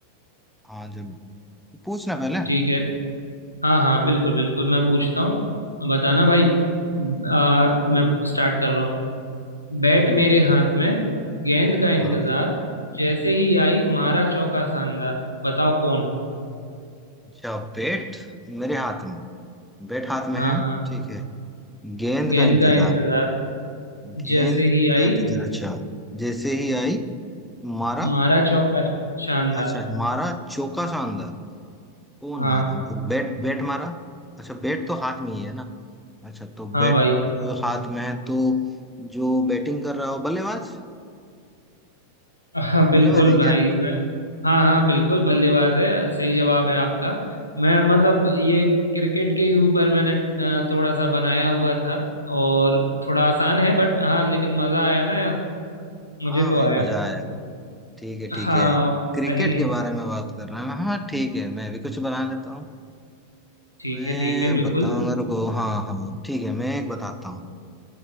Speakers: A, in the centre; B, on the left.
A: हाँ जरूर पूछना पहले
B: ठीक है हाँ हाँ बिल्कुल बिल्कुल मैं पूछता हूँ बताना भाई आ, मैं स्टार्ट कर रहा हूँ बैट
A: ठीक
B: मेरे
A: है ठीक
B: हाथ में गेंद
A: है।
B: का इंतजार
A: हाँ
B: जैसे ही आई मारा चौका शानदार बताओ कौन
A: अच्छा बेट मेरे हाथ में बेट हाथ में
B: हाँ
A: है
B: हाँ
A: ठीक है गेंद
B: गेंद
A: का इंतजार
B: का इंतजार
A: गेंद
B: जैसे ही
A: का
B: आई
A: इंतजार अच्छा जैसे ही आई मारा
B: मारा चौका शानदार
A: अच्छा मारा चौका शानदार कौन
B: हाँ
A: मारा मतलब बैट बैट मारा अच्छा बैट तो हाथ में ही है ना अच्छा तो
B: हाँ
A: बैट
B: भाई
A: हाथ में है तो जो बैटिंग कर रहा हो बल्लेबाज
B: हाँ बिल्कुल
A: बल्लेबाज है
B: भाई
A: क्या
B: हाँ हाँ बिल्कुल बल्लेबाज है सही जवाब है आपका मैं मतलब ये क्रिकेट के ही ऊपर मैंने अ, थोड़ा सा बनाया हुआ था और थोड़ा आसान है बट हाँ लेकिन मजा आया ना यार मुझे
A: हाँ
B: तो
A: भाई
B: आया
A: मजा आया ठीक है
B: हाँ
A: ठीक है
B: और
A: क्रिकेट
B: सही है
A: के बारे में बात कर रहे हैं हाँ ठीक है मैं भी कुछ बना लेता हूँ
B: ठीक
A: मैं
B: है ठीक है बिल्कुल
A: बताऊंगा रुको हाँ हाँ ठीक है मैं एक बताता हूँ